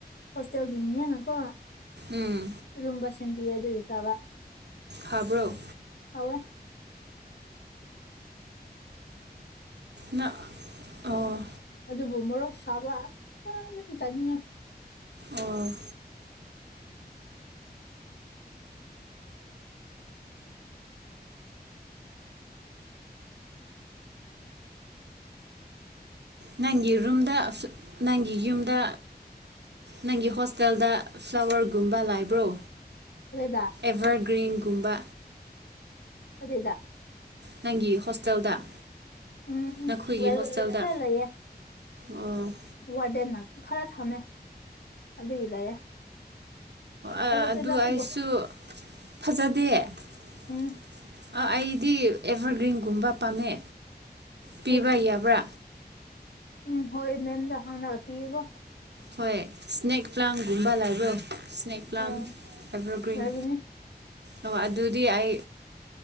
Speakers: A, on the left; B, on the right.
A: ꯍꯣꯁꯇꯦꯜꯒꯤ ꯅꯦꯅꯀꯣ
B: ꯎꯝ
A: ꯏꯔꯣꯝꯕꯁꯤ ꯊꯤꯟꯕꯤꯌꯦ ꯑꯗꯨꯒꯤ ꯆꯕ
B: ꯍꯥꯥꯕ꯭ꯔꯣ
A: ꯍꯥꯎꯋꯦ
B: ꯅꯪ ꯑꯣ
A: ꯑꯗꯨꯕꯨ ꯃꯣꯔꯣꯛ ꯁꯥꯕ ꯌꯥꯝ ꯑ ꯆꯥꯅꯤꯡꯉꯦ
B: ꯑꯣ ꯅꯪꯒꯤ ꯔꯨꯝꯗ ꯐꯂꯥ ꯅꯪꯒꯤ ꯌꯨꯝꯗ ꯅꯪꯒꯤ ꯍꯣꯁꯇꯦꯜꯗ ꯐ꯭ꯂꯥꯋꯔꯒꯨꯝꯕ ꯂꯥꯏꯕ꯭ꯔꯣ
A: ꯀꯗꯥꯏꯗ
B: ꯑꯦꯚꯔꯒ꯭ꯔꯤꯟꯒꯨꯝꯕ
A: <unintelligible>
B: ꯅꯪꯒꯤ ꯍꯣꯁꯇꯦꯜꯗ
A: ꯎꯝ
B: ꯅꯈꯣꯏꯒꯤ
A: ꯋꯦꯜ
B: ꯍꯣꯁꯇꯦꯜꯗ
A: ꯈꯔ ꯂꯩꯌꯦ
B: ꯑꯣ
A: ꯋꯥꯔꯗꯦꯟꯅ ꯈꯔ ꯊꯝꯃꯦ ꯑꯗꯨꯒꯤ ꯂꯩꯌꯦ
B: ꯑꯥ
A: ꯐꯖꯗꯦꯗ
B: ꯑꯗꯨ
A: ꯑꯗꯨꯕꯨ
B: ꯑꯩꯁꯨ ꯐꯖꯗꯦ ꯑꯥ
A: ꯎꯝ
B: ꯑꯩꯗꯤ ꯑꯦꯚꯔꯒ꯭ꯔꯤꯟꯒꯨꯝꯕ ꯄꯥꯝꯃꯦ ꯄꯤꯕ
A: ꯍꯣꯏ
B: ꯌꯥꯕ꯭ꯔꯥ
A: ꯎꯝ ꯍꯣꯏ ꯃꯦꯝꯗ ꯍꯥꯟꯅ ꯄꯤꯌꯦꯀꯣ
B: ꯍꯣꯏ ꯁꯅꯦꯛ ꯄ꯭ꯂꯥꯟꯒꯨꯝꯕ ꯂꯩꯕ꯭ꯔꯣ ꯁ꯭ꯅꯦꯛ ꯄ꯭ꯂꯥꯟ
A: ꯎꯝ
B: ꯑꯦꯚꯔꯒ꯭ꯔꯤꯟ
A: ꯂꯩꯒꯅꯤ
B: ꯑꯣ ꯑꯗꯨꯗꯤ ꯑꯩ